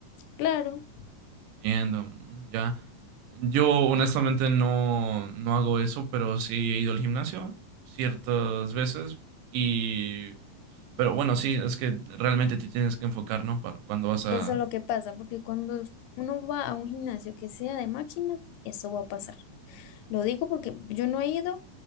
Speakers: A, on the left; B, on the right.
A: Claro,
B: Entiendo. mm, Ya. Yo honestamente no, no hago eso, pero sí he ido al gimnasio ciertas veces y... Pero bueno, sí, es que realmente te tienes que enfocar, ¿no? Para cuando vas a...
A: eso es lo que pasa, porque cuando uno va a un gimnasio que sea de máquinas, eso va a pasar. Lo digo porque yo no he ido,